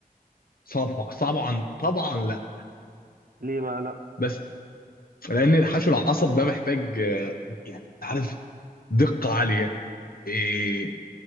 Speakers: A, on the left; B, on the right.
A: صعبه طبعا طبعا لا
B: ليه بقى لا
A: بس لان حشو العصب ده محتاج آه، يعني عارف دقه عاليه إيه